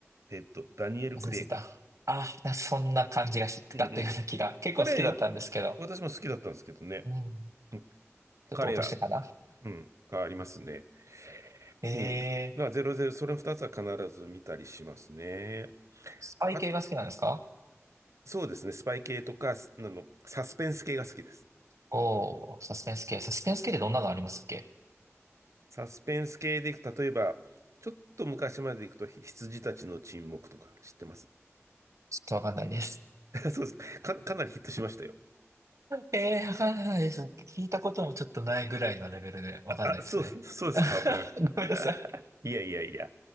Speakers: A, on the right; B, on the right.
A: えっと、ダニエル・
B: 忘れてた。
A: クレイグ。
B: あ、なそんな感じがしたったような気が。
A: うんうん。
B: 結構好きだったんですけど。
A: 彼よ、私も好きだったんですけどね。
B: うん。
A: うん
B: ちょっと落としてかな。
A: 彼が、うん、変わりますね。
B: え
A: うん。
B: えー、
A: まあ、ゼロゼロそれ2つは必ず見たりしますね。
B: スパイ系が好きなんですか
A: あ、そうですね。スパイ系とか、すあの、サスペンス系が好きです。
B: おおー、サスペンス系。サスペンス系ってどんなのありますっけ
A: サスペンス系でいく、例えば、ちょっと昔までいくと、ひ羊たちの沈黙とか知ってます
B: ちょっとわかんないです。
A: <laughs> そうですか。か、かなりヒットしましたよ。
B: えー、わかんないです。聞いたこともちょっとないぐらいのレベルでわかんないですね。
A: あ、あそう、そうですか。
B: <laughs>
A: わかりました
B: ごめんなさい。
A: いやいやいや。い